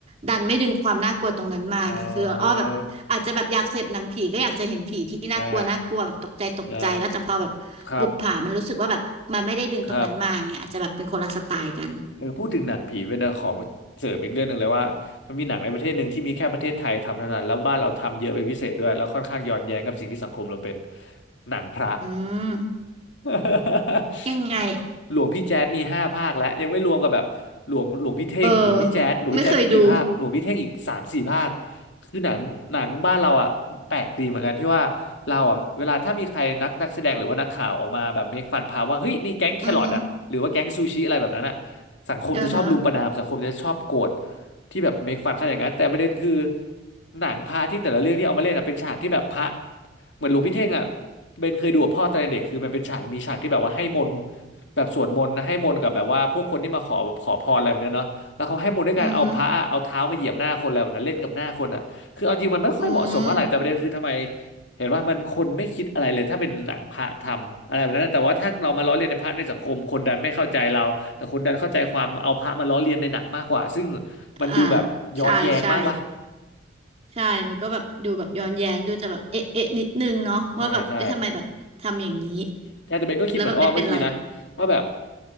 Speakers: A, on the right; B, on the left.
A: ดันไม่ดึงความน่ากลัวตรงนั้นมาไงคืออ้อแบบอาจจะแบบอยากเสพหนังผีก็อยากจะเห็นผีที่น่ากลัวน่ากลัวแบบตกใจตกใจว่าแต่พอแบบบุปผามันรู้สึกว่าแบบมันไม่ได้ดึงตรงนั้นมาไงอาจจะแบบเป็นคนละสไตล์กัน
B: เออได้ได้ครับครับ เออพูดถึงหนังผีเป็นขอเสริมอีกเรื่องหนึ่งเลยว่ามันมีหนังในประเทศหนึ่งที่มีแค่ประเทศไทยทำเท่านั้นแล้วบ้านเราทำเยอะเป็นพิเศษด้วยแล้วค่อนข้างย้อนแย้งกับสิ่งที่สังคมเราเป็นหนังพระ
A: อืม
B: <laughs>
A: ยังไง
B: หลวงพี่แจ๊ดมีห้าภาคแล้วยังไม่รวมกับแบบหลวงหลวงพี่เท่งหลวงพี่แจ๊ดหลวงพี่แจ๊ดมีกี่ภาคหลวงพี่เท่งอีกสามสี่ภาค
A: เออไม่เคยดู
B: คือหนังหนังบ้านเราอ่ะแปลกดีเหมือนกันที่ว่าเราอ่ะเวลาถ้ามีใครนักนักแสดงหรือว่านักข่าวออกมาแบบเมคฟันพาว่าเฮ้ยนี่แก๊งแครอทอ่ะหรือว่าแก๊งซูชิอะไรแบบนั้นอ่ะ
A: อือฮึ
B: สังคมจะชอบรุมประณามสังคมจะชอบโกรธ
A: อือฮึ
B: ที่แบบเมคฟันขนาดนั้นแต่ประเด็นคือหนังพระที่แต่ละเรื่องที่เอามาเล่นอ่ะเป็นฉากที่แบบพระเหมือนหลวงพี่เท่งอ่ะเบนเคยดูกับพ่อตอนเด็กคือมันเป็นฉากมีฉากที่แบบว่าให้มนต์แบบสวดมนต์นะให้มนต์กับแบบว่าพวกคนที่มาขอขอพรอะไรแบบเนี้ยเนาะแล้วเขาให้มนต์ด้วยการเอาพระเอาเท้ามาเหยียบหน้าคนอะไรแบบนั้นเล่นกับหน้าคนอ่ะคือเอาจริงมันไม่ค่อยเหมาะสมเท่าไหร่แต่ประเด็นคือทำไม
A: อือฮึอืม
B: เห็นว่ามันคนไม่คิดอะไรเลยถ้าเป็นหนังพระทำอะไรแบบนั้นแต่ว่าถ้าเรามาล้อเลียนในพระในสังคมคนดันไม่เข้าใจเราแต่คนดันเข้าใจความเอาพระมาล้อเลียนในหนังมากกว่าซึ่งมันดูแบบย้อนแย้งมากวะ
A: อ่าใช่ใช่ใช่มันก็แบบดูแบบย้อนแย้งดูจะแบบเอ๊ะเอ๊ะนิดนึงเนาะว่าแบบเอ๊ะทำไมแบบทำอย่างนี้
B: ใช่ใช่แค่แต่เบนก็คิดเหมือนอ้อเมื่อกี้นะว่าแบบ
A: แล้วแบบไม่เป็นไร